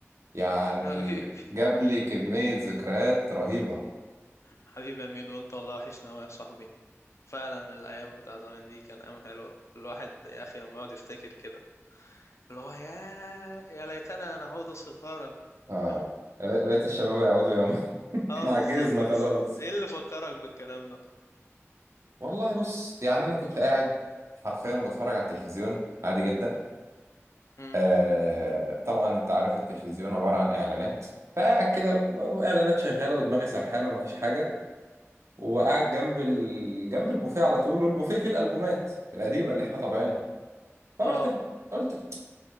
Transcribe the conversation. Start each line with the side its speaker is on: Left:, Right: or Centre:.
Right: يعني
Left: حبيبي
Right: جاب لي كمية ذكريات رهيبة
Left: حبيبي يا ميدو انت والله وحشنا قوي يا صاحبي فعلا الايام بتاع زمان دي كان ايام حلوه الواحد يا اخي لما يقعد يفتكر كده اللي هو يا يا ليتنا نعود صغارا
Right: آه
Left: فاهم
Right: يا ليت يا ليت الشباب يعودوا يوم <laughs>
Left: اه
Right: إحنا عجزنا
Left: بالظبط
Right: خلاص
Left: بس ايه اللي فكرك بالكلام ده
Right: والله بص يعني أنا كنت قاعد حرفيا بتفرج على التلفزيون عادي جدا
Left: امم
Right: آه طبعا انت عارف التلفزيون عبارة عن اعلانات فقاعد كده اعلانات شغالة ودماغي سرحانة ومفيش حاجة وقاعد جنب ال... جنب البوفيه على طول والبوفيه فيه الالبومات القديمة اللي احنا طابعينها فرحت
Left: اه
Right: ف... قلت